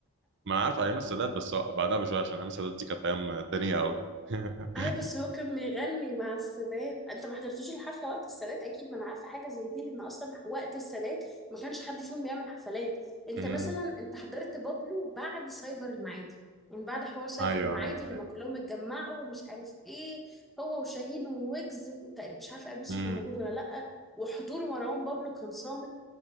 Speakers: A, on the right; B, in the centre.
A: ما انا عارف ايام السادات بس هو بعدها بشويه عشان ايام السادات دي كانت ايام الدنيا قوي <laughs>
B: ايوه بس هو كان بيغني مع السادات انت ما حضرتوش الحفله وقت السادات اكيد ما انا عارفه حاجه زي دي لان اصلا وقت السادات ما كانش حد فيهم بيعمل حفلات انت
A: امم
B: مثلا انت حضرت بابلو بعد سايفر المعادي يعني بعد حوار سايفر
A: ايوه
B: المعادي
A: ايوه
B: لما كلهم اتجمعوا ومش عارف ايه هو وشاهين وويجز وتقريبا مش عارفه ابي يوسف
A: امم
B: كان موجود ولا لا وحضور مروان بابلو كان صامت